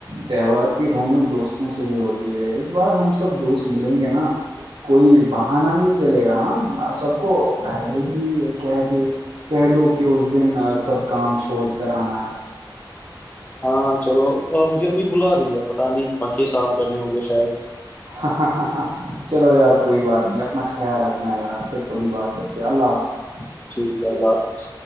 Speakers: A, on the right; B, on the left.
A: تہوار کی رونق دوستوں سے ہی ہوتی ہے اس بار ہم سب دوست ملیں گے نا کوئی بہانا نہیں چلے گا ہاں اور سب کو پہلے ہی کہ دے کہہ دو کہ اس دن سب کام چھوڑ کر آنا ہے
B: ہاں چلو مجھے امی بلا رہی ہے پت نہیں پنکھے صاف کرنے ہوں گے شاید
A: ہاں ہ چلو یار کوئی بات نہیں اپنا خیال رکھنا یار کبھی بات کرتے اللہ حافظ
B: ٹھیک ہے اللہ حافظ